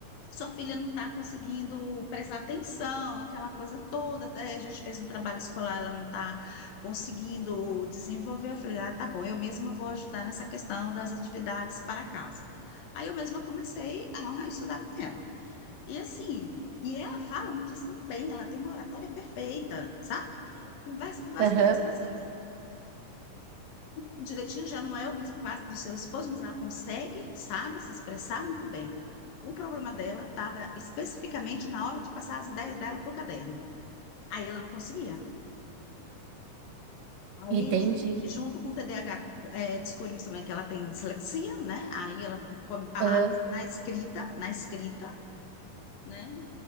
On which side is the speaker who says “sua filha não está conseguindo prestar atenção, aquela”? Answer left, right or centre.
Left